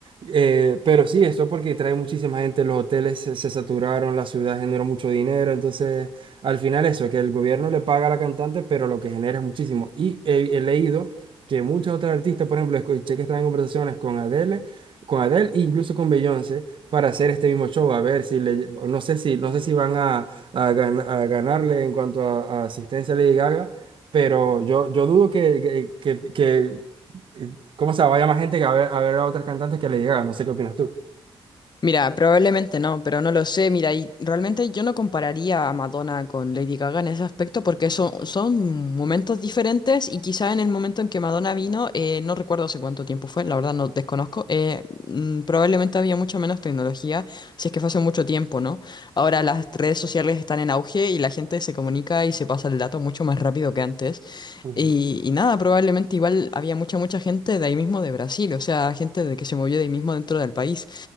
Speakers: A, on the right; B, on the left.
A: Eh, pero sí, esto porque trae muchísima gente, los hoteles se, se saturaron, la ciudad generó mucho dinero, entonces al final eso, que el gobierno le paga a la cantante, pero lo que genera es muchísimo. Y he, he leído que muchas otras artistas, por ejemplo, escuché que están en conversaciones con Adele, con Adele e incluso con Beyoncé para hacer este mismo show, a ver si le, no sé si, no sé si van a, a gan- a ganarle en cuanto a, a asistencia a Lady Gaga, pero yo, yo dudo que, que, que que- ¿Cómo se vaya más gente que a ver, a ver a otras cantantes que le llegaron? No sé qué opinas tú.
B: Mira, probablemente no, pero no lo sé. Mira, y realmente yo no compararía a Madonna con Lady Gaga en ese aspecto porque son, son momentos diferentes y quizá en el momento en que Madonna vino, eh, no recuerdo hace cuánto tiempo fue, la verdad no desconozco, eh, mm, probablemente había mucha menos tecnología, si es que fue hace mucho tiempo, ¿no? Ahora las redes sociales están en auge y la gente se comunica y se pasa el dato mucho más rápido que antes.
A: Ujú.
B: Y, y nada, probablemente igual había mucha, mucha gente de ahí mismo de Brasil, o sea, gente de que se movió de ahí mismo dentro del país.